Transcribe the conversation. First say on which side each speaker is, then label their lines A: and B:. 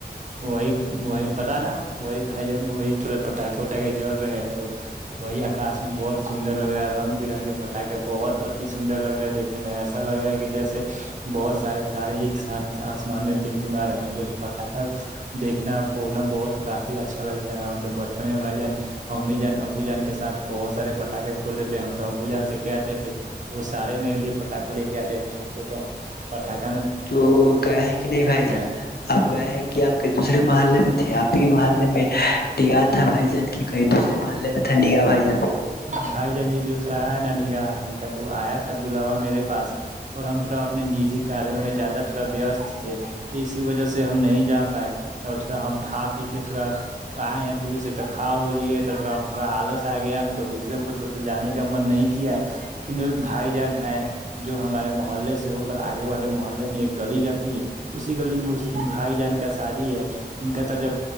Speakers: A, on the right; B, on the left.
A: وہی وہی پتا نا وہی بھائی جان وہی تھوڑا پٹاخے وٹااکے جڑ رہے ہیں تو وہی آکاش میں بہت سندر لگ رہا ہے رنگ برنگ کے پٹاخے بہت اتی سندر لگ رہا ہے دیکنے میں ایسا لگ رہا ہے کہ جیسے بہت سارے تارے ایک ساتھ آسمان میں تم تمار رہے ہے ہم کو تو پٹاخہ دھنا پھوڑنا بہت کافی اچھا لگتا ہے ہم تو بچپن میں بھائی جان امی جان ابو جان کے سھ بہت سارے پٹاخے پھڑ دیتے ہم تو ابو جا سے کیا آتے تھے وہ سارے میرے لیے پٹاخے لے کے آتے تھے ہم کو تو پٹخے
B: تو گیا ہے کہ نہیں بھائی جان
A: ہے
B: آپ گئے ہیں کہ آپ کے دوسرے محلے میں تھے آپ ٹ بر ل میں یاد تھا بھائی جان کی کہئی دوسرے بھے میں ٹھنی کا پھائی جا
A: بھائی جانی جو تھڑا ہے نا نگاہ ان کا تو آیا تھا بلاوا میرے پاس اور ہم تھوڑا اپنے نجی کاروں میں زیادہ تھوڑا وست تھے تو اسی وجہ سے ہم نہیں جا پائے اور تھوڑا ہم کھا پی کے تھوڑا آئے ہیں دور سے تو کھا وہ لی ہے تو تھوڑا ہم تھوڑا آلس آ گیا ہم کو تو اس لیے کور جانے کا من نہیں کیا ہے لیکن ایک بھائی جان ہے جو ہمارے محلے سے ہو کر آگے والے محلے میں ایک گلی جاتی ہے اسی گلی میں اس بھائی جان کا شادی ہے ان کا تو جب